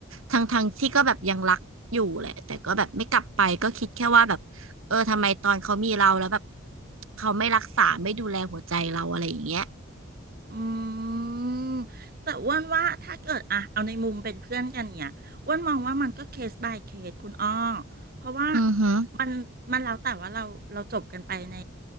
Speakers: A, on the right; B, on the right.
A: ทั้งทั้งที่ก็แบบยังรักอยู่แหละแต่ก็แบบไม่กลับไปก็คิดแค่ว่าแบบเออทำไมตอนเขามีเราแล้วแบบเขาไม่รักษาไม่ดูแลหัวใจเราอะไรอย่างเงี้ย
B: อืมแต่อ้วนว่าถ้าเกิดอะเอาในมุมเป็นเพื่อนกันเนี่ยอ้วนมองว่ามันก็เคส by เคสคุณอ้อเพราะว่า
A: อือฮึ
B: มันมันแล้วแต่ว่าเราเราจบกันไปใน